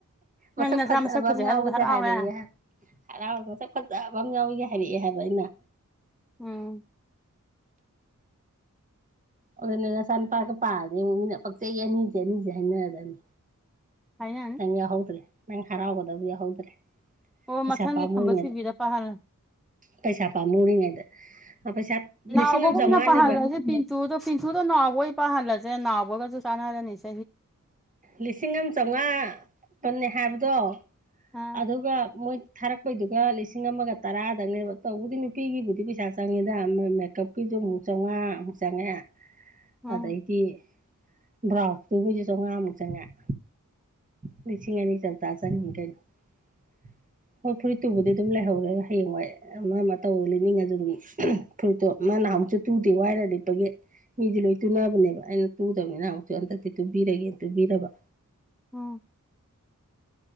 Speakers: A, on the right; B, in the centre.
A: ꯃꯁꯛ
B: ꯅꯪ ꯅꯆꯥ
A: ꯐꯖꯕ
B: ꯐꯖꯩ
A: ꯑꯃ
B: ꯍꯥꯏꯕꯗꯣ
A: ꯌꯥꯎꯋꯤꯒ
B: ꯍꯔꯥꯎꯔꯦ
A: ꯍꯥꯏꯔꯏ ꯍꯔꯥꯎ ꯃꯁꯛ ꯐꯖꯕ ꯑꯃ ꯌꯥꯎꯏꯒ ꯍꯥꯏꯔꯛꯑꯦ ꯍꯥꯏꯕ ꯑꯩꯅ
B: ꯎꯝ
A: ꯑꯗꯨꯅ ꯅꯆꯥꯄꯥꯄꯥꯛꯀ ꯄꯥꯔꯗꯤ ꯑꯃꯨꯛ ꯃꯤꯅ ꯄꯛꯆꯩ ꯑꯅꯤꯁꯦ ꯑꯅꯤꯁꯦ ꯍꯥꯏꯅꯔꯗꯅꯤ
B: ꯍꯥꯏꯅꯅꯤ
A: ꯅꯪ ꯌꯥ ꯍꯧꯗ꯭ꯔꯔꯤ ꯅꯪ ꯍꯔꯥꯎꯒꯗꯕ ꯌꯥ ꯍꯧꯗ꯭ꯔꯔꯤ
B: ꯑꯣ
A: ꯄꯩꯁꯥ
B: ꯃꯊꯪꯒꯤ
A: ꯄꯥꯝꯃꯨꯔꯤꯉꯗ
B: ꯈꯝꯕ ꯊꯣꯏꯕꯤꯗ ꯄꯥꯍꯜꯂꯣ
A: ꯄꯩꯁꯥ ꯄꯥꯝꯃꯨꯔꯤꯉꯩꯗ ꯄꯩꯁꯥ ꯂꯤꯁꯤꯡ
B: ꯅꯅꯥꯕꯣꯕꯨ
A: ꯑꯃ ꯆꯥꯝꯃꯉꯥꯅꯦꯕ
B: ꯏꯅ ꯄꯥꯔꯂꯁꯤꯦ ꯄꯟꯊꯨꯗ ꯄꯤꯡꯊꯨꯗ ꯅꯅꯥꯕꯣ ꯄꯍꯜꯂꯁꯦ ꯅꯥꯎꯕꯒꯁꯨ ꯆꯥꯟꯅꯔꯅꯤꯁꯦ
A: ꯂꯤꯁꯤꯡ ꯑꯃ ꯆꯥꯝꯃꯉꯥ ꯀꯟꯅꯦ ꯍꯥꯏꯕꯗꯣ
B: ꯑꯥ
A: ꯑꯗꯨꯒ ꯃꯣꯏ ꯊꯥꯔꯛꯄꯩꯗꯨꯒ ꯂꯤꯁꯤꯡ ꯑꯃꯒ ꯇꯔꯥꯗꯪꯅꯦꯕ ꯇꯧꯕꯗꯤ ꯅꯨꯄꯤꯒꯤꯕꯨꯗꯤ ꯄꯩꯁꯥ ꯆꯪꯉꯤꯗ ꯃꯦꯀꯞꯀꯤ ꯃꯨꯛ ꯆꯥꯝꯃꯉꯥꯃꯨꯛ ꯆꯪꯉꯦ
B: ꯎꯝ
A: ꯑꯗꯩꯗꯤ ꯕ꯭ꯔꯥꯎꯇꯨꯕꯨꯁꯨ ꯆꯥꯝꯃꯉꯥꯃꯨꯛ ꯆꯪꯉꯛ ꯂꯤꯁꯤꯡ ꯑꯅꯤ ꯆꯝꯥ ꯆꯪꯈꯤꯟ ꯀꯩꯅꯣ <inaudible> ꯍꯣꯏ ꯐꯨꯔꯤꯠꯇꯨꯕꯨꯗꯤ ꯑꯗꯨꯝ ꯂꯩꯍꯧꯔꯦ ꯍꯌꯦꯡꯋꯥꯏ ꯑꯃ ꯑꯃ ꯇꯧꯕ ꯂꯤꯅꯤꯡꯉꯁꯨ ꯑꯗꯨꯝ ꯐꯨꯔꯤꯠꯇꯣ ꯃꯥꯅ ꯨꯛ ꯇꯨꯗꯦ ꯋꯥꯏꯔ ꯂꯤꯦꯞꯄꯒꯤ ꯃꯤꯗꯤ ꯂꯣꯏ ꯇꯨꯅꯕꯅꯦꯕ ꯑꯩꯅ ꯇꯨꯗꯕꯅꯤꯅ ꯑꯃꯨꯛꯁꯨ ꯍꯟꯗꯛꯇꯤ ꯄꯔꯒꯦ ꯇꯨꯕꯤꯔꯕ
B: ꯎꯝ